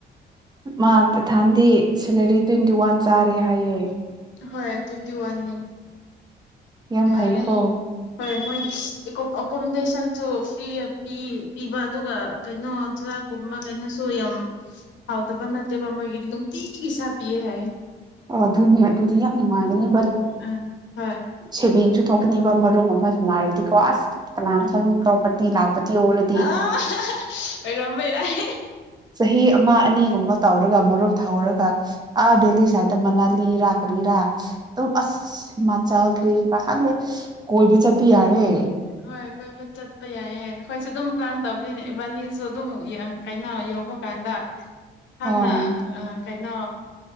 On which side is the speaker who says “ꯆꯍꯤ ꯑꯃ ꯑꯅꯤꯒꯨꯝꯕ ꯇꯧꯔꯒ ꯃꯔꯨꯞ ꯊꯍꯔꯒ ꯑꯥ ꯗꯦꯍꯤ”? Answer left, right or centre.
Right